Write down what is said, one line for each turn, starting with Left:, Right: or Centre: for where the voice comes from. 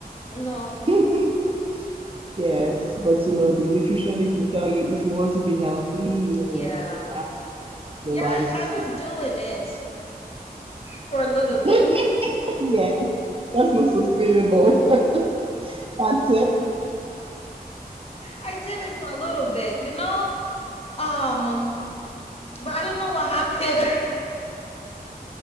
Left: No.
Right: <laughs> Yes, but you know, the nutritionist will tell you if you want to be healthy, you
Left: Yeah.
Right: have to eat the
Left: Yeah,
Right: rice.
Left: I, I was doing it for a little
Right: <laughs>
Left: bit.
Right: Yeah, that's not sustainable. <laughs> That's it.
Left: I did it for a little bit, you know? Um but I don't know what happened.